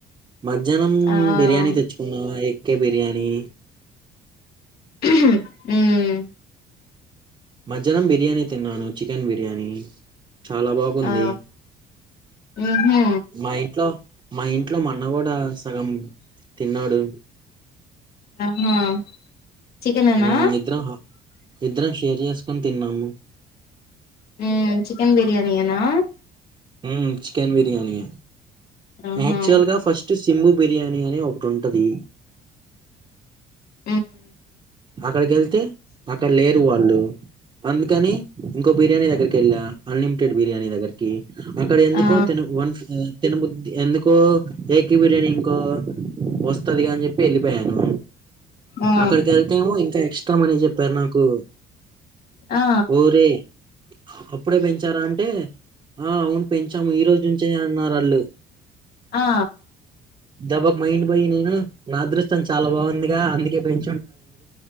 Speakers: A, on the right; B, on the left.
A: మధ్యాహ్నం
B: ఆ
A: బిర్యానీ తెచ్చుకుందామ ఎక్కే బిర్యానీ
B: ఉమ్
A: మధ్యాహ్నం బిర్యానీ తిన్నాను చికెన్ బిర్యానీ చాలా బాగుంది
B: ఆ ఉహు
A: మా ఇంట్లో మా ఇంట్లో మాఅన్న కూడా సగం తిన్నాడు
B: ఆహా చికెనేనా
A: ఉమ్ ఇద్దరం ఇద్దరం షేర్ చేసుకొని తిన్నాము
B: ఉమ్ చికెన్ బిర్యానీ ఏనా
A: ఉమ్ చికెన్ బిర్యానీ ఏ
B: ఆహా
A: యాక్చువల్ గా ఫస్ట్ సింబు బిర్యానీ అని ఒకటి ఉంటది
B: ఉమ్
A: అక్కడకెళ్తే అక్కడ లే దు వాళ్ళు అందుకని ఇంకో బిర్యానీ దగ్గరికి వెళ్ళా అని బిర్యానీ దగ్గరకి అక్కడ ఎందుకో
B: ఆ
A: తినబు వన్స్ తినబుద్ధి ఎందుకో ఎకి బిర్యా నేను ఇంకో వస్తదిగా అని చెప్పి వెళ్ళిపోయాను
B: ఆ
A: అక్కడికి వెళ్తేమో ఇంకా ఎక్స్ట్రా మనీ చెప్పారు నాకు
B: ఆ
A: ఊరే అప్పుడే పెంచారా అంటే ఆ అవును పెంచాము ఈ రోజు నుంచే అన్నారు అళ్ళు
B: ఆ
A: దెబ్బకి మైండ్ పోయి నేను నా అదృష్టం చాలా బాగుందిగా అందుకే పెం